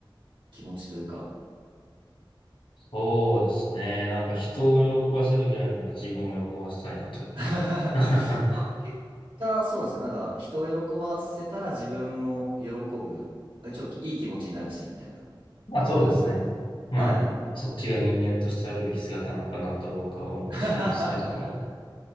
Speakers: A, on the right; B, on the left.
A: 気持ちというか。
B: そうですね。なんか人を喜ばせるぐらいなら自分を喜ばせたいなというか。
A: <laughs>
B: <laughs>
A: 結果、そうですね。なんか、人を喜ばせたら自分も喜ぶ。なんかちょっといい気持ちになるし、みたいな。
B: まあそうですね。まあ、
A: はい。
B: そっちが人間としてあるべき姿なのかなと僕は思ってしまいますけれども。
A: <laughs>